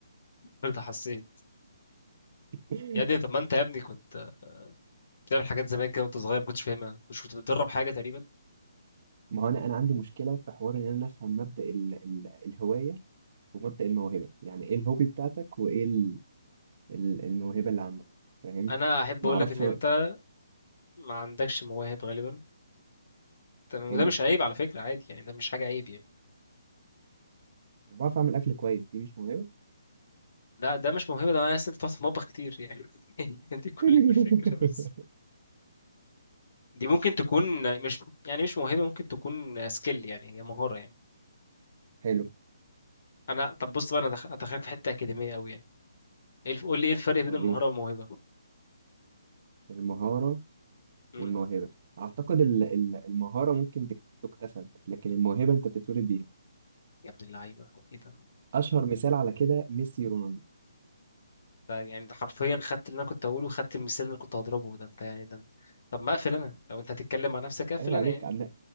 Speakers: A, on the left; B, on the right.
A: برضه حسيت
B: <laughs>
A: يا ابني طب ما انت يا ابني كنت بتعمل حاجات زمان كده وانت صغير ما كنتش فاهمها مش كنت بتدرب حاجة تقريبا
B: ما هو انا انا عندي مشكله في حوار ان انا افهم مبدا ال ال الهوايه ومبدا الموهبه يعني ايه الهوبي بتاعتك وايه ال ال الموهبه اللي عندك فاهم
A: انا احب
B: ما
A: اقول
B: اعرفش
A: لك ان انت ما عندكش مواهب غالبا تمام
B: حلو
A: وده مش عيب على فكرة عادي يعني ده مش حاجة عيب يعني
B: أنا بعرف اعمل اكل كويس دي مش موهبه
A: لا ده مش موهبة ده انا عايز انت بتقعد في المطبخ كتير يعني <laughs> دي كل
B: <laughs>
A: الفكرة بس دي ممكن تكون مش يعني مش موهبة ممكن تكون سكيل يعني هي مهارة يعني
B: حلو
A: انا طب بص بقى انا دخ- ادخلك في حتة أكاديمية قوي يعني ايه الف- قول لي ايه الفرق بين
B: وريني
A: المهارة والموهبة
B: المهارة
A: امم
B: والموهبة أعتقد ال- ال- المهارة ممكن تك- تكتسب لكن الموهبة أنت بتتولد بيها
A: يا ابن اللعيبة ايه ده
B: أشهر مثال على كده ميسي رونالدو
A: ده يعني ده حرفيا خدت اللي انا كنت هقوله وخدت المثال اللي انا كنت هضربه ده انت يعني ده طب ما اقفل انا لو انت هتتكلم مع نفسك اقفل
B: عيب
A: انا
B: عليك
A: يعني
B: عن...